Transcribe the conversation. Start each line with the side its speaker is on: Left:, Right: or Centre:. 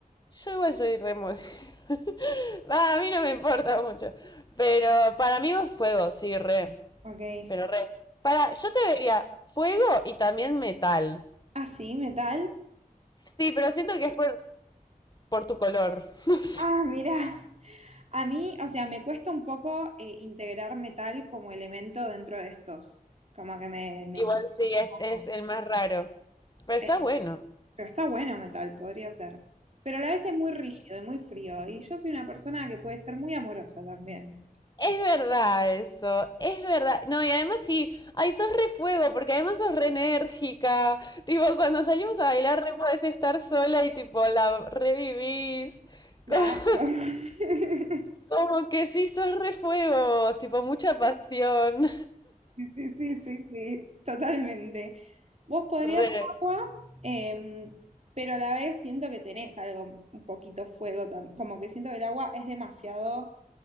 Left: yo igual soy re mol- <laughs> Va, a mí no me importa mucho. Pero para mí vos fuego, sí, re.
Right: ok.
Left: Pero re. Para, yo te vería fuego y también metal.
Right: Ah, sí, metal.
Left: Sí, pero siento que es por, por tu color. <laughs> No sé.
Right: Ah, mira. A mí, o sea, me cuesta un poco eh, integrar metal como elemento dentro de estos, como que me, me
Left: Igual
Right: choca
Left: sí,
Right: un
Left: es,
Right: poco.
Left: es el más raro. Pero
Right: Eh,
Left: está bueno.
Right: pero está bueno metal, podría ser. Pero a la vez es muy rígido y muy frío, y yo soy una persona que puede ser muy amorosa también.
Left: Es verdad eso, es verdad. No, y además sí, ay, sos re fuego, porque además sos re enérgica. Tipo, cuando salimos a bailar, re podés estar sola y tipo, la revivís.
Right: Claro.
Left: Co- <laughs>
Right: <laughs>
Left: Como, que sí, sos re fuego, tipo, mucha pasión.
Right: Sí, sí, sí, sí, totalmente. Vos podrías
Left: Re.
Right: ser agua, em, pero a la vez siento que tenés algo, un poquito fuego también, como que siento que el agua es demasiado,